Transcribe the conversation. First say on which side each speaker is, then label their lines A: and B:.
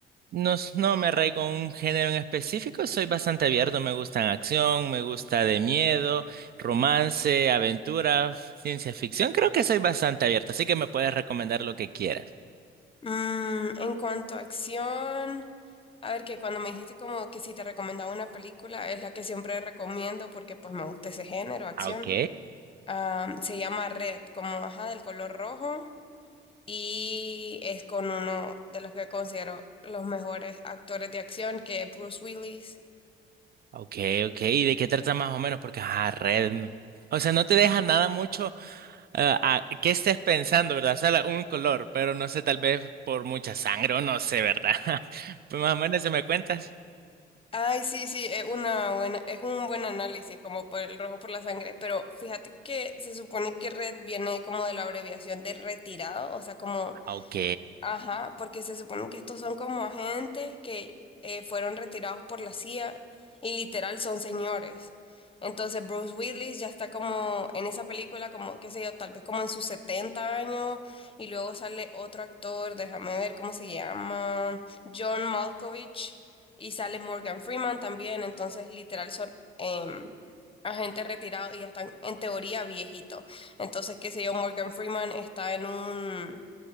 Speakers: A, on the right; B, on the left.
A: no, s- no me arraigo a un género en específico, soy bastante abierto, me gustan acción, me gusta de miedo, romance, aventura, f- ciencia ficción, creo que soy bastante abierto, así que me puedes recomendar lo que quieras.
B: Mm, en cuanto a acción, a ver que cuando me dijiste como que si te recomendaba una película, es la que siempre recomiendo porque pues me gusta ese género, acción.
A: Ah, Ok,
B: Am, se llama Red, como ajá, del color rojo y es con uno de los que considero los mejores actores de acción, que es Bruce Willis.
A: ok, ok, ¿y de qué trata más o menos? Porque, ah, red, mm, o sea, no te deja nada mucho ah, a qué estés pensando, ¿verdad? O sea, la- un color, pero no sé, tal vez por mucha sangre o no sé, ¿verdad? <laughs> Pues más o menos, ¿se me cuentas?
B: Ay, sí, sí, es una buena, es un buen análisis, como por el rojo por la sangre, pero fíjate que se supone que red viene como de la abreviación de retirado, o sea, como
A: Ah, Ok.
B: Ajá, porque se supone que estos son como agentes que eh, fueron retirados por la CIA y literal son señores. Entonces Bruce Willis ya está como en esa película, como qué sé yo, tal vez como en sus setenta años y luego sale otro actor, déjame ver cómo se llama, John Malkovich y sale Morgan Freeman también, entonces literal son em, agentes retirados y ya están en teoría viejitos. Entonces, qué sé yo, Morgan Freeman está en un